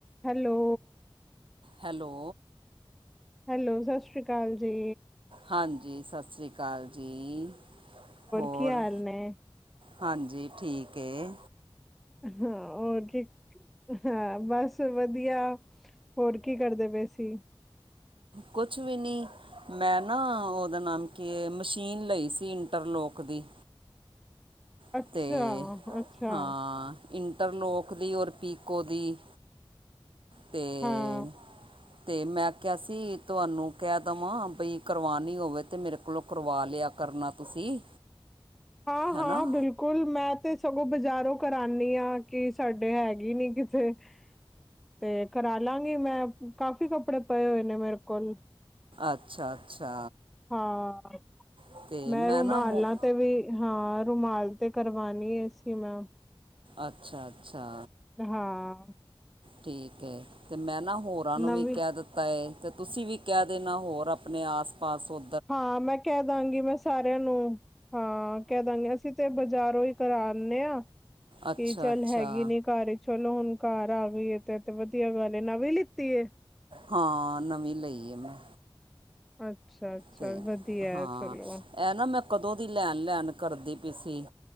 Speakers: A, in the centre; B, on the right.
A: Hello.
B: Hello.
A: Hello, ਸਸ ਰੀ ਕਾਲ ਜੀ।
B: ਹਾਂਜੀ, ਸਸ ਰੀ ਕਾਲ ਜੀ, ਹੋਰ।
A: ਕੀ ਹਾਲ ਨੇ?
B: ਹਾਂਜੀ, ਠੀਕ ਏ।
A: ਹਾਂ, ਹੋਰ ਕੀ। ਹਾਂ ਬਸ ਵਧੀਆ, ਹੋਰ ਕੀ ਕਰਦੇ ਪੇ ਸੀਂ?
B: ਕੋਛ ਵੀ ਨੀ। ਮੈਂ ਨਾ, ਔਦਾ ਨਾਮ ਕੀ ਏ, ਮਸ਼ੀਨ ਲਈ ਸੀ, ਇੰਟਰਲੋਕ ਦੀ।
A: ਅੱਛਾ-ਅੱਛਾ।
B: ਅਤੇ ਹਾਂ ਇੰਟਰਲੋਕ ਦੀ, ਔਰ ਪੀਕੋ ਦੀ ਤੇ
A: ਹਾਂ,
B: ਤੇ ਮੈਂ ਕਿਆ ਸੀ, ਤਆਨੂੰ ਕੈ ਦਵਾਂ, ਬਈ ਕਰਵਾਨੀ ਹੋਵੇ ਤੇ ਮੇਰੇ ਲੋਂ ਕਰਵਾ ਲਿਆ, ਕਰਨਾ ਤੁਸੀਂ।
A: ਹਾਂ-ਹਾਂ,
B: ਹੈ ਨਾ
A: ਬਿਲਕੁਲ। ਕੁਲ ਮੈਂ ਤੇ ਸਗੋਂ ਬਾਜ਼ਾਰੋਂ ਕਰਾਨੀ ਆਂ, ਕਿ ਸਾਡੇ ਹੈਗੇ ਨੀ ਕਿਥੇ ਤੇ ਕਰਾ ਲਾਂਗੀ ਮੈਂ, ਕਾਫੀ ਕੱਪੜੇ ਪਏ ਹੋਏ ਨੇ ਮੇਰੇ ਕੋਲ।
B: ਅੱਛਾ ਅੱਛਾ
A: ਹਾਂ,
B: ਅਤੇ
A: ਮੈਂ ਰੁਮਾਲਾ
B: ਨਾ ਹੋ
A: ਤੇ ਵੀ ਹਾਂ, ਰੁਮਾਲ, ਤੇ ਕਰਵਾਣੀ ਏ ਸੀ ਮੈਂ।
B: ਅੱਛਾ-ਅੱਛਾ।
A: ਹਾਂ।
B: ਠੀਕ ਏ, ਤੇ ਮੈਂ ਨਾ ਹੋਰਾਂ ਨੂੰ
A: ਨਵੀਂ
B: ਵੀ ਕੈ ਦਿੱਤਾ ਹੈ, ਤੇ ਤੁਸੀਂ ਵੀ ਕੈ ਦੇਣਾ, ਹੋਰ ਅਪਣੇ ਆਸ-ਪਾਸ ਹੋ
A: ਹਾਂ, ਮੈਂ ਕੈ ਦਾਂਗੀ ਮੈਂ ਸਾਰਿਆਂ ਨੂੰ, ਹਾਂ ਕੈ ਦਾਂਗੀ ਅਸੀਂ ਤੇ ਬਾਜ਼ਾਰੋਂ ਈ ਕਰਾ ਆਨੇ ਆਂ,
B: ਅੱਛਾ
A: ਕਿ ਚੱਲ
B: ਅੱਛਾ
A: ਹੈਗੀ ਨੀ, ਕਰ ਚਲੋ ਹੁਣ ਕਾਰ ਆ ਗਈਏ ਤੇ ਐ ਤੇ ਵਧੀਆ ਗੱਲ ਏ, ਨਵੀ ਲਿੱਤੀ ਏ?
B: ਹਾਂ, ਨਵੀਂ ਲਈ ਏ ਮੈਂ।
A: ਅੱਛਾ। ਅੱਛਾ
B: ਤੇ
A: ਵਧੀਆ
B: ਹਾਂ,
A: ਚਲੋ
B: ਐ ਨਾ, ਮੈਂ ਕਦੋਂ ਦੀ ਲੈਣ ਲੈਣ ਕਰਦੀ ਪੀ ਸੀ,